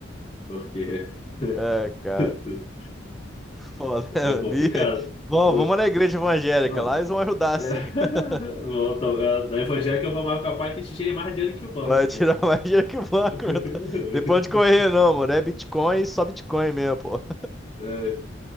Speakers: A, on the left (about 25°); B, in the centre.
A: porque
B: É, cara,
A: <laughs> tu-
B: foda. <laughs>
A: é, é
B: ali.
A: complicado.
B: Bom,
A: Eh,
B: vamos na igreja evangélica,
A: Não.
B: lá eles vão ajudar
A: É,
B: sim.
A: <laughs>
B: <laughs>
A: volta, é, na evangélica eu vou mais capaz que te tire mais dinheiro que o banco.
B: Vai tirar mais dinheiro que o banco,
A: <laughs>
B: meu. Tem pra onde correr, não, mano. É Bitcoin, só Bitcoin mesmo, pô.
A: É,